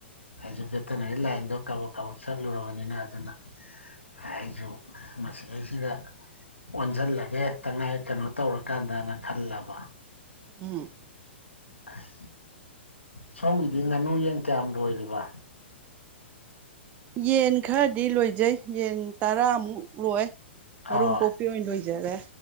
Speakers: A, on the left; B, on the right.
A: ꯑꯩꯁꯨ ꯚꯦꯇꯅꯔꯤ ꯂꯥꯏꯟꯗꯣ ꯀꯕꯛ ꯀꯕꯛ ꯆꯠꯂꯨꯔꯕꯅꯤꯅ ꯑꯗꯨꯅ ꯑꯩꯖꯨ ꯃꯁꯤꯗꯩꯁꯤꯗ ꯑꯣꯟꯖꯜꯂꯒ ꯍꯦꯛꯇ ꯉꯥꯏ ꯀꯩꯅꯣ ꯇꯧꯔꯀꯥꯟꯗꯅ ꯈꯜꯂꯕ
B: ꯎꯝ
A: ꯑꯁ ꯁꯣꯝꯒꯤꯗꯤ ꯉꯥꯅꯨ ꯌꯦꯟ ꯀꯌꯥꯝ ꯂꯣꯏꯔꯤꯕ
B: ꯌꯦꯟ ꯈꯔꯗꯤ ꯂꯣꯏꯖꯩ ꯌꯦꯟ ꯇꯔꯥꯃꯨꯛ ꯂꯣꯏ
A: ꯑꯣ
B: ꯃꯔꯨꯝ ꯀꯣꯛ ꯄꯤ ꯑꯣꯏꯅ ꯂꯣꯏꯖꯔꯦ